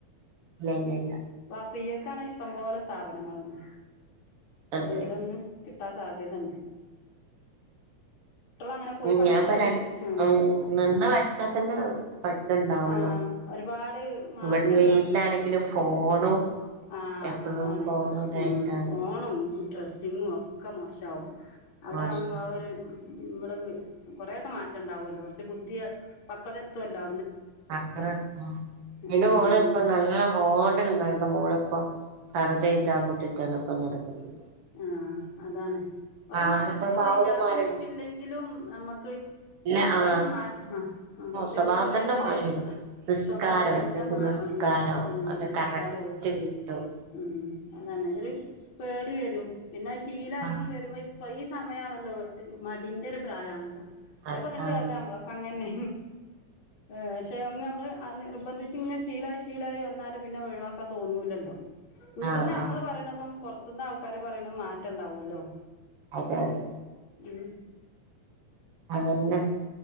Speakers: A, on the right; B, on the left.
A: ഇല്ല ഇല്ല ഇല്ല
B: വഫിയക്കാണെ ഇഷ്ടംപോലെ സ്ഥാപനങ്ങളുണ്ട്
A: അതെ
B: എവിടെങ്കിലൊന്ന് കിട്ടാൻ സാധ്യതന്നെ. അങ്ങനെ പോയി പഠിച്ചാല്
A: ഞാപ്പ രണ്ട്
B: ആ
A: ഉം നിന്ന് പഠ്ച്ചാതന്നെ പഠിത്തണ്ടാവൊള്ളു
B: ആ ഒരുപാട് മാറ്റം
A: ഇവടെ വീട്ട്ലാണെങ്കില് ഫോണും
B: ആഹ്
A: എപ്പോഴും
B: അതാണ്
A: ഫോണും ഇതായിട്ടാണ്
B: ഉം ഫോണും ഡ്രസ്സിങ്ങും ഒക്ക മോശാവും. അവടെ
A: മോശം
B: ആവുമ്പോ ആ ഒര് വടെ വ് കൊറേയൊക്ക മാറ്റണ്ടാവുല്ലോ കൊർച്ച് ബുദ്ധിയ പക്കത എത്ത്വല്ലോ.
A: <unintelligible> <unintelligible>
B: ആ പിന്നെ
A: നല്ല മോടെൽ നടന്ന മോള്പ്പോ പർദ്ദയിചാ കൂട്ടിട്ടാണ്പ്പൊ നടക്കുന്നത്.
B: ആഹ് അതാണ് കൊറെ
A: ആളിപ്പോ
B: മാറ്റംണ്ട് ഇഞിപ്പോ
A: ആ
B: ഹിജാബൊന്നും
A: ഒരു മരണ
B: ഇട്ടില്ലെങ്കിലും നമ്മക്ക്
A: ഇല്ല
B: കൊറെയൊക്കമാറ്റം
A: ആ
B: ആഹ് കുട്ട്യാൾക്ക്
A: സ്വഭാവം
B: കൊറയൊക്കൊര്
A: തന്നെ മാറി വരും നിസ്കാരം
B: സ്വഭാവും
A: അഞ്ചത്ത്
B: എല്ലാംമാറും
A: നിസ്കാരം
B: ഉം. ഉം
A: അത്
B: നിസ്ക്കാരോം
A: കറക്റ്റ് കിട്ടും
B: ഉം അതന്നെ ഒര് പേടിവരും പിന്നെ അയ് ശീലായി
A: ആ
B: ഇങ്ങവരുമ്പോ ഇ പ്പോ ഈ സമയാണല്ലോ ഓൽക്ക് മടിന്റെ ഒരു പ്രായാണല്ലോ അവര
A: അതെ
B: പർഞ്ട്ട്
A: ആ
B: കാര്യംല്ലാ ഞമ്മളൊക്ക അങ്ങന്നെ. ആഹ്. പക്ഷേ ഒന്ന് നമ്മള് നിർബന്ധിച്ച് ഇങ്ങെ ശീലായി ശീലായി വന്നാല് പിന്നെ ഒഴ് വാക്കാം തോന്നൂലല്ലോ. വീട്ട്ന്ന്
A: ആ
B: ഞമ്മള്
A: ആ
B: പറയണതും പോർത്ത്ന്ന് ആൾക്കാര് പറയണതും മാറ്റണ്ടാവുല്ലോ.
A: അതെ അതെ.
B: ഉം.
A: അതന്നെ